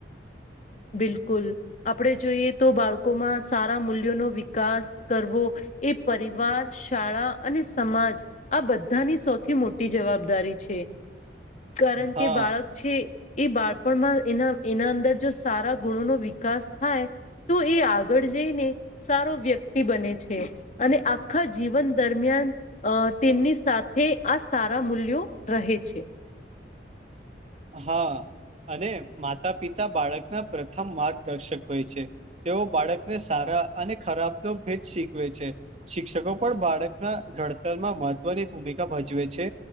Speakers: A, on the left (about 40°); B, on the right (about 35°).
A: બિલકુલ આપણે જોઈએ તો બાળકોમાં સારા મૂલ્યોનો વિકાસ કરવો એ પરિવાર શાળા અને સમાજ આ બધાની સૌથી મોટી જવાબદારી છે કારણ
B: હા
A: કે બાળક છે એ બાળપણમાં એના એના અંદર જો સારા ગુણો નો વિકાસ થાય તો એ આગળ જઈને સારો વ્યક્તિ બને છે અને આખા જીવન દરમિયાન તેમની સાથે આ સારા મૂલ્યો રહે છે
B: હા અને માતા પિતા બાળકના પ્રથમ માર્ગદર્શક હોય છે તેઓ બાળકને સારા અને ખરાબ તો ભેદ શીખવે છે શિક્ષકો પણ બાળકના ઘડતરમાં મહત્વની ભૂમિકા ભજવે છે